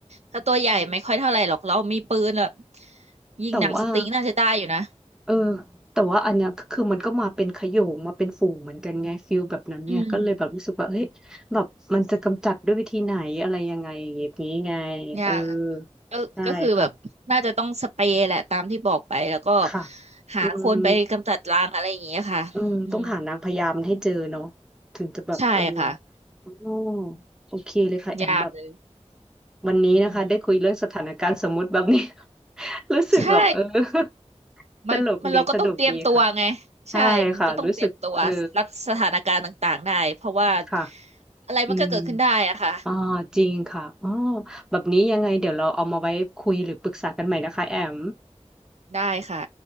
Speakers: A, on the right; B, in the centre.
A: ถ้าตัวใหญ่ไม่ค่อยเท่าไหร่หรอกเรามีปืนแบบยิงหนังสติ๊กน่าจะได้อยู่นะ
B: แต่ว่า เออแต่ว่าอันเนี้ยก็คือมันก็มาเป็นขโยงมาเป็นฝูงเหมือนกันไงฟิลแบบนั้นเนี่ยก็เลยแบบรู้สึกว่าเฮ้ยแบบมันจะกำจัดด้วยวิธีไหนอะไรยังไงอย่างนี้ไง
A: อืมยากอะ
B: เออ
A: ก็ก็คือแบบน่าจะต้องสเปรย์แหละตามที่บอกไปแล้วก็
B: ได้ค่ะค่ะ
A: หาคนไปกำจัดรังอะไรอย่างเงี้ยค่ะอืม
B: อืมอืมต้องหานางพยามให้เจอเนาะถึงจะแบบเออ
A: ใช่ค่ะ
B: อ๋อโอเคเลยค่ะแอมแบบ
A: ยากเลย
B: วันนี้นะคะได้คุยเรื่องสถานการณ์สมมุติแบบนี้
A: อืม
B: <laughs> รู้สึกแบบเออ
A: ใช่
B: <laughs> ตลกดีสนุกดีค่ะ
A: มันมันเราก็ต้องเตรียมตัวไง
B: ใช่ค่ะรู้สึกเออ
A: ใช่ มันก็ต้องเตรียมตัวรับสถานการณ์ต่างๆได้ เพราะว่า
B: ค่ะ
A: อะไรมันก็เกิดขึ้นได้อะค่ะ
B: อืมอ่าจริงค่ะอ๋อแบบนี้ยังไง เดี๋ยวเราเอามาไว้คุยหรือปรึกษากันใหม่นะคะแอม
A: ได้ค่ะ